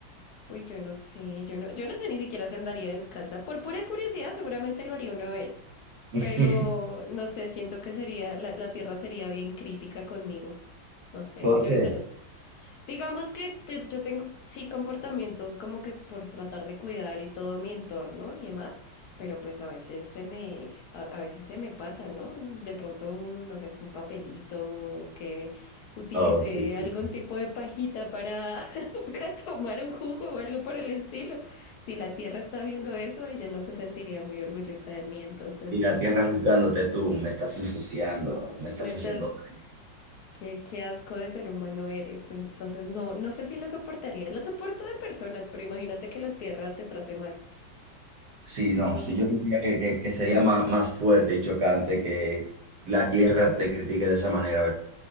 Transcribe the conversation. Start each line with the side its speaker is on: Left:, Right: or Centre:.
Left: Uy, yo no sé, yo no, yo no sé ni siquiera si andaría descalza. Por pura curiosidad, seguramente lo haría una vez,
Right: <laughs>
Left: pero no sé, siento que sería, la, la tierra sería bien crítica conmigo. No sé,
Right: ¿Por
Left: yo
Right: qué?
Left: no- Digamos que te- yo tengo, sí, comportamientos como que por tratar de cuidar y todo mi entorno y demás, pero pues a veces se me, a, a veces se me pasa, ¿no? De pronto un, no sé, un papelito o que utilicé
Right: Oh, sí, sí.
Left: algún tipo de pajita para, <laughs> para tomar un jugo o algo por el estilo. Si la tierra está viendo eso, ella no se sentiría muy orgullosa de mí, entonces
Right: Y la tierra juzgándote tú, me estás ensuciando, me estás
Left: me está,
Right: haciendo daño".
Left: Qué, qué asco de ser humano eres. Entonces, no, no sé si lo soportaría. Lo soporto de personas, pero imagínate que la tierra te trate mal.
Right: Sí, no,
Left: Eso,
Right: sí, yo diría que, que- que sería más, más fuerte y chocante que la tierra te critique de esa manera,